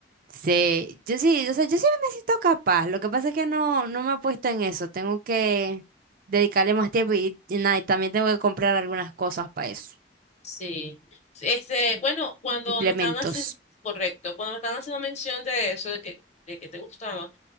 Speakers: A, on the right; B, on the left.
A: Sí, yo sí, o sea, yo sí me siento capaz. Lo que pasa es que no, no me he puesto en eso. Tengo que dedicarle más tiempo y, y nada, y también tengo que comprar algunas cosas para eso.
B: Sí. Este, bueno, cuando
A: Implementos.
B: me estaban haciendo, correcto, cuando me estaban haciendo mención de eso, de que, de que te gustaba,